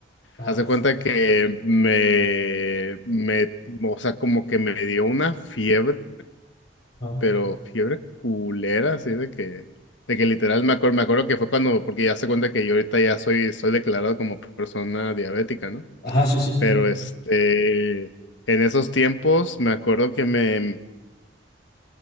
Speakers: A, on the left; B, on the left.
A: Ajá.
B: Haz de cuenta que me, me, o sea, como que me dio una fiebre,
A: Ajá,
B: pero fiebre culera, así de que, de que literal me acuerdo, me acuerdo que fue cuando, porque ya se cuenta que yo ahorita ya soy, estoy declarado como persona diabética, ¿no?
A: Ajá, sí, sí, sí.
B: Pero este, en esos tiempos me acuerdo que me,